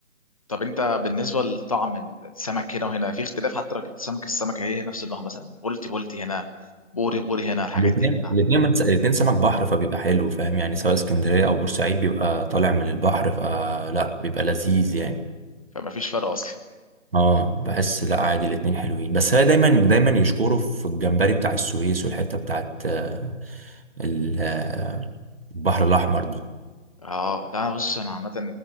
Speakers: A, on the left (about 25°); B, on the right (about 50°).
A: طب انت بالنسبه لطعم السمك هنا وهنا في اختلاف حتى لو جبت سمك السمكه هي هي نفس النوع مثلا بولتي بولتي هنا بوري بوري هنا الحاجات
B: الاثنين
A: دي كلها
B: الاثنين من... الاثنين سمك بحر فبيبقى حلو فاهم يعني سواء اسكندريه او بورسعيد بيبقى طالع من البحر فلا بيبقى لذيذ يعني
A: فما فيش فرق اصلا
B: اه بحس لا عادي الاثنين حلوين بس هي دايما دايما يشكروا في الجمبري بتاع السويس والحته بتاعت آه ال- آه، البحر الاحمر دي
A: اه لا بص انا عامه